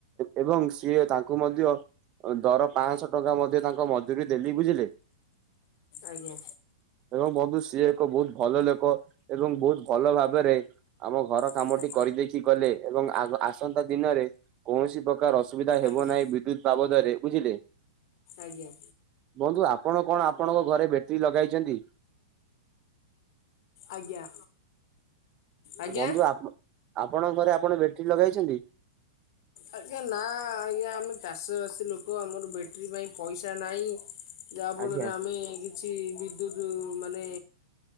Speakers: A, on the right; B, on the left.
A: ଏବଂ ସିଏ ତାଙ୍କୁ ମଧ୍ୟ ଦର ପାଞ୍ଚଶହ ଟଙ୍କା ମଧ୍ୟ ତାଙ୍କ ମଜୁରୀ ଦେଲି ବୁଝିଲେ
B: ଆଜ୍ଞା।
A: ଏବଂ ବନ୍ଧୁ ସିଏ ଏକ ବହୁତ ଭଲ ଲୋକ ଏବଂ ବହୁତ ଭଲ ଭାବରେ ଆମ ଘର
B: ଆଜ୍ଞା।
A: କାମଟି କରିଦେଇଖି ଗଲେ ଏବଂ ଆସନ୍ତା ଦିନରେ କୌଣସି ପ୍ର ଅସୁବିଧା ହେବ
B: ଆଜ୍ଞା।
A: ନାହିଁ ବିଦ୍ୟୁତ ବାବଦରେ ବୁଝିଲେ
B: ଆଜ୍ଞା।
A: ବନ୍ଧୁ ଆପଣ କଣ ଆପଣଙ୍କ ଘରେ ବ୍ୟାଟେରୀ ଲଗାଇଛନ୍ତି?
B: ଆଜ୍ଞା। ଆଜ୍ଞା
A: ବନ୍ଧୁ ଆପ ଆପଣଙ୍କ ଘରେ ଆପଣ ବ୍ୟାଟେରୀ ଲଗେଇଛନ୍ତି?
B: ଆଜ୍ଞା ନା ଆଜ୍ଞା ଆମେ ଚାଷବାସୀ ଲୋକ ଆମର ବ୍ୟାଟେରୀ ପାଇଁ ପଇସା ନାହିଁ ଯାହା ଫଳରେ
A: ଆଜ୍ଞା।
B: ଆମେ କିଛି ବିଦ୍ୟୁତ ମାନେ